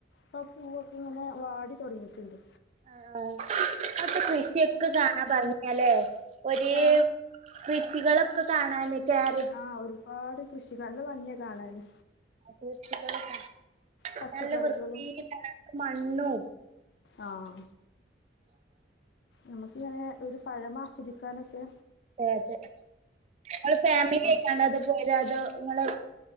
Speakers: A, on the left; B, on the right.
A: പ പ്പൂവൊക്കിങ്ങനെ വാടി തൊടങ്ങിട്ട്ണ്ട്
B: ആ അപ്പ കൃഷിയൊക്കെ കാണാ ഭംഗിയലെ ഒരേം
A: ഏ
B: കൃഷികളൊക്കെ കാണാന് ക്യാര
A: ആ ഒരുപാട് കൃഷിക നല്ല ഭംഗ്യാ കാണാന്
B: <inaudible>
A: പച്ചക്കറികളും
B: നല്ല വൃത്തീല് ങ്ങനെ മ എണ്ണൂ
A: ആ നമുക്കിങ്ങനെ ഒരു പഴമാസ്വദിക്കാനൊക്കെ
B: അതെ ഇങ്ങള് ഫാമില്യയിക്കാണ്ട
A: ഉം,
B: അത പോയതാ തോ നിങ്ങള്